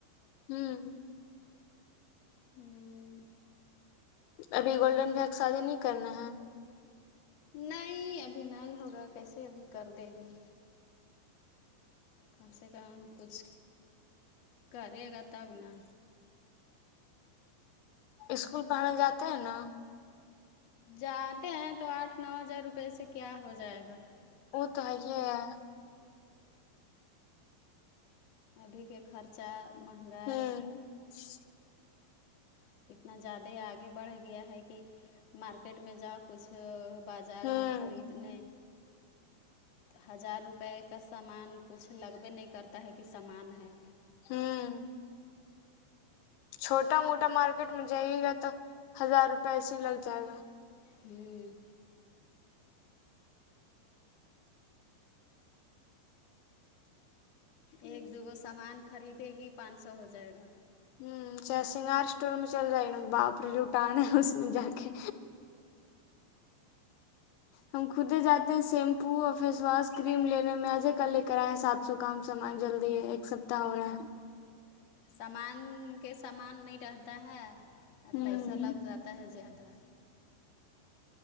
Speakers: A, on the left; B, on the left.
A: ہوں
B: ہوں
A: ابھی گولڈن بگ شادی نہیں کرنا ہے
B: نہیں ابھی نہیں ہوگا کیسے ابھی کر دے گی کم سے کم کچھ کرے گا تب نا
A: اسکول پڑھنے جاتے ہیں نا
B: جاتے ہیں تو آٹھ نو ہزار روپئے سے کیا ہو جائے گا
A: وہ تو ہے ہی ہے
B: ابھی کے خرچہ مہنگائی
A: ہوں <inaudible>
B: اتنا زیادہ آگے بڑھ گیا ہے کہ مارکیٹ میں جاؤ کچھ بازار
A: ہوں
B: میں خریدنے ہزار روپئے کا سامان کچھ لگبے نہیں کرتا ہے کہ سامان ہے
A: حمم چھوٹا موٹا مارکیٹ میں جائیے گا تو ہزار روپے ایسے ہی لگ جائے گا
B: ہمم
A: ہوں
B: ایک دوگو سامان خریدے گی پانچ سو ہو جائے گا
A: <unintelligible> باپرے لوٹنا اس جا کے ہم خودے جاتے ہیں سیم پوو فیس واس کریم لینے میں آجے کل لے کر آئیں سات سو کام سامان جلدی ہے ایک سپتاہ ہو
B: ہے
A: رہا
B: نا سامان کے سامان نہیں رہتا ہے اور
A: ہوں
B: پیسہ لگ جاتا ہے زیادہ